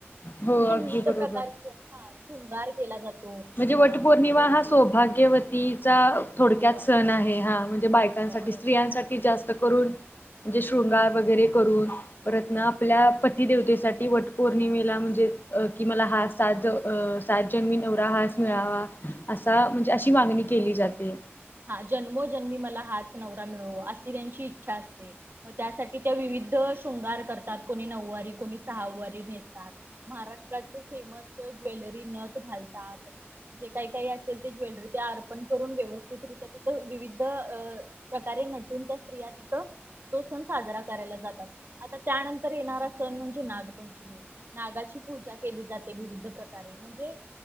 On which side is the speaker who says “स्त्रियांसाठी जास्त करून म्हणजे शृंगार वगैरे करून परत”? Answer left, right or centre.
Left